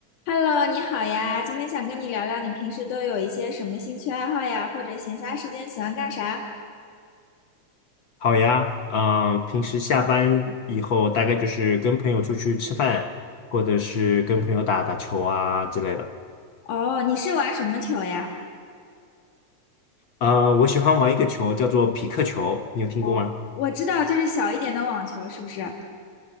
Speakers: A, on the left; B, on the left.
A: Hello，你好呀，今天想跟你聊聊，你平时都有一些什么兴趣爱好呀，或者闲暇时间喜欢干啥？
B: 好呀，嗯，平时下班以后大概就是跟朋友出去吃饭，或者是跟朋友打打球啊之类的。
A: 哦，你是玩什么球呀？
B: 呃，我喜欢玩一个球叫做匹克球，你有听过吗？
A: 哦，我知道，就是小一点的网球，是不是？啊，